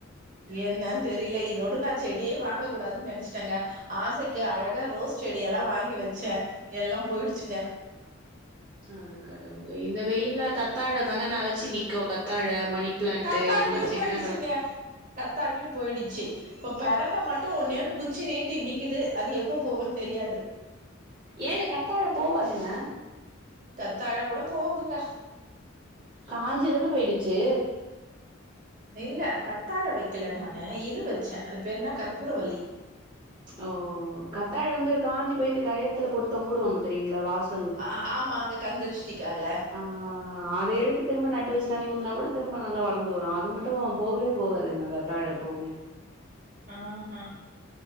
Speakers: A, on the right (about 40°); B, on the right (about 20°).
A: என்னன் தெரியல இதோட நா செடியே வாங்க கூடாதுன்னு நெனச்சுட்டங்க ஆசைக்கு அழகா ரோஸ் செடியெல்லா வாங்கி வச்சே எல்லா போயிடுச்சுங்க
B: அடக்கடவுளே இந்த வெயில்ல கத்தாழ தாங்க நலைச்சி நிக்கு கத்தாழ மணி பிளான்ட்டு
A: கத்தாழையும்
B: இந்த மாரி செடி
A: போயிடுச்சுங்க
B: தா கெடக்கு
A: கத்தாழையு போயிடுச்சு இப்ப பெரண்ட மட்டு ஒன்னே ஒண்ணு குச்சி நீட்டி நிக்குது அது எப்ப போகுன் தெரியாது
B: ஏங்க கத்தாழ போவாதுங்க
A: கத்தாழ கூட போவுதுங்க
B: காஞ்சிதான போயிடுச்சி
A: இல்ல கத்தாழ வைக்கல நானு இது வச்ச அது பேரு என்ன கற்பூர வல்லி
B: ஓ கத்தாழய வந்து காஞ்சி போய் இந்த கயத்துல போட்டு தொங்க உடுவாங்க தெரியுங்ளா வாஸ்
A: அ ஆமாங்க கண்திருஷ்டிக்காக
B: ஆ ஆ அத எடுத்து திரும்ப நட்டு வச்சு தண்ணி ஊத்தனா கூட திரும்ப நல்லா வளந்து வரு அது மட்டு போவே போகாதுங்க கத்தாழ எப்பவுமே
A: ஆஹ